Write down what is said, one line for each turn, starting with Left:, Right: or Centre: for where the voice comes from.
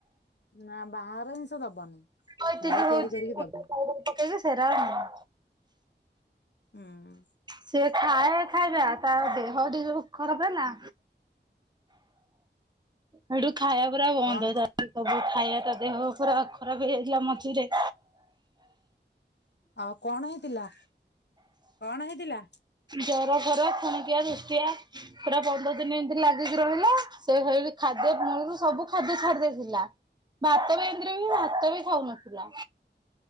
Left: ନା ବାହାର ଜିନିଷ ଦବନି।
Right: ଆଉ <unintelligible>
Left: ଘରେ ତିଆରି କରିକି
Right: ଖାଇବାରେ
Left: ଦବ।
Right: ପକେଇଛ ସେରା ଆଣ।
Left: ଉଁ-ଉଁ-ଉଁ।
Right: ସେ ଖାଏ ଖାଇବା ତାର ଦେହ ଟିକେ ଖରାପ ହେଲା। ହେଇଠି ଖାଇବା ପୁରା ବନ୍ଦ
Left: କଣ
Right: ତାର। ସବୁ ଖାଇବା, ତା ଦେହ ପୁରା ଖରାପ ହେଇଯାଇଥିଲା ମଝିରେ‌।
Left: ଆଉ କଣ ହେଇଥିଲା, କଣ ହେଇଥିଲା?
Right: ଜରଫର ଫୁଣିକିଆ ଦୃଷ୍ଟିିଆ ପୁରା ପନ୍ଦର ଦିନ ଏମିତି ଲାଗିକି ରହିଲା। ସେଇଭଳି ଖାଦ୍ୟ ମୂଳୁରୁ ସବୁ ଖାଦ୍ୟ ଛାଡି ଦେଇଥିଲା, ଭାତ ବି ଏମିତିରେ ବି ଭାତ୍ ଭାତ ବି ଖାଉନଥିଲା,